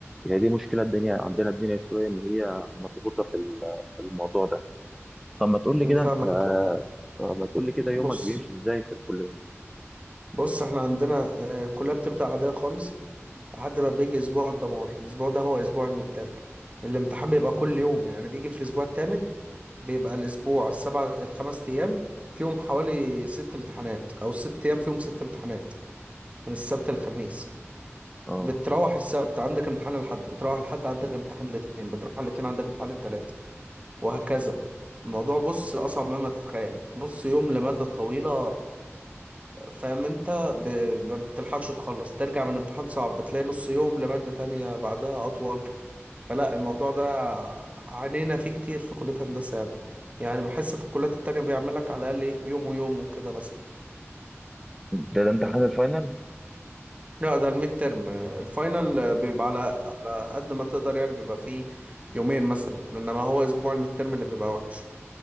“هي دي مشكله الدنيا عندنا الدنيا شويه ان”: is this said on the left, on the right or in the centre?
Centre